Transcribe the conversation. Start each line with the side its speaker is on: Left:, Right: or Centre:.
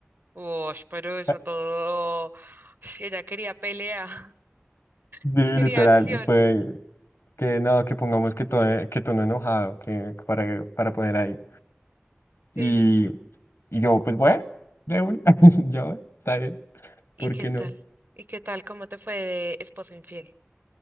Right: Uy, pero eso
Left: <laughs>
Right: todo, Ush, ella quería pelea, <laughs>
Left: Sí,
Right: quería
Left: literal,
Right: acción.
Left: y fue que no, que pongamos que tono, que tono enojado, que para, para poner ahí.
Right: Sí.
Left: Y, y yo, pues bueno, de una, <laughs> yo, está bien,
Right: ¿Y
Left: ¿por
Right: qué
Left: qué
Right: tal?
Left: no?
Right: ¿Y qué tal? ¿Cómo te fue de esposo infiel?